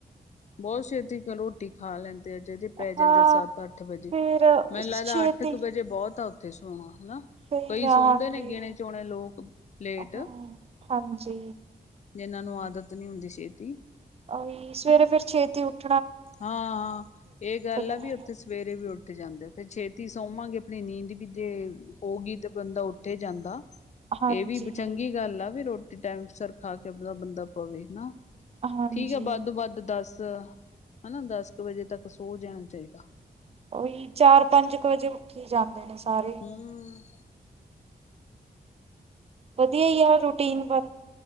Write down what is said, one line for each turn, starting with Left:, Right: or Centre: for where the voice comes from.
Left: ਬਹੁਤ ਛੇਤਿ ਰੋਟੀ ਖਾ ਲੈਂਦੇ ਜੇ ਪੈ
Right: ਹਾਂ
Left: ਜਾਂਦੇ ਸੱਤ ਅੱਠ ਵਜੇ
Right: ਫਿਰ
Left: ਮੈਨੂੰ ਲੱਗਦਾ
Right: ਛੇਤੀ
Left: ਅੱਠ ਕੁ ਵਜੇ ਬਹੁਤ ਆ ਸੁਣਾਉਣਾ ਹਨਾ
Right: ਸਹੀ
Left: ਕਈ
Right: ਆ
Left: ਸੁਣਦੇ
Right: ਹਾਂਜੀ
Left: ਨੇ ਗਿਣੇ ਚੋਣੇ ਲੋਕ ਲੇਟ
Right: ਹਾਂ ਹਾਂਜੀ
Left: ਜਿਨਾਂ ਆਦਤ ਨੀ ਹੁੰਦੀ ਛੇਤੀ
Right: ਓਹੀ ਸਵੇਰੇ ਫੇਰ ਛੇਤੀ ਉੱਠ
Left: ਹਾਂ ਹਾਂ ਇਹ ਗੱਲ ਆ
Right: ਨੇ।
Left: ਵੀ ਉੱਥੇ ਸਵੇਰੇ ਵੀ ਉੱਠ ਜਾਂਦੇ ਤੇ ਛੇਤੀ ਸੋਵਾਂਗੇ ਆਪਣੀ ਨੀਂਦ ਦੀ ਵੀ ਜੇ ਹੋਗੀਈ ਤੇ ਬੰਦਾ ਉੱਠੇ ਜਾਂਦਾ
Right: ਹਾਂਜੀ
Left: ਇਹ ਵੀ ਚੰਗੀ ਗੱਲ ਆ ਵੀ ਰੋਟੀ ਟਾਈਮ ਸਰ ਖਾ ਕੇ ਆਪਦਾ ਬੰਦਾ ਪਵੇ ਹਨ
Right: ਹਾਂਜੀ
Left: ਠੀਕ ਹੈ ਵੱਧ ਤੋਂ ਵੱਧ ਦੱਸ <unintelligible> ਹਨਾ ਦਸ ਇੱਕ ਵਜੇ ਤੱਕ ਸੋ ਜਾਣਾ ਚਾਹੀਦਾ
Right: ਉਹੀ ਚਾਰ ਪੰਜ ਕੁ ਵਜੇ ਉੱਠੀ ਜਾਂਦੇ ਨੇ ਸਾਰੇ
Left: ਹੂੰ
Right: ਵਧੀਆ ਹੀ ਆ ਰੂਟੀਨ ਵ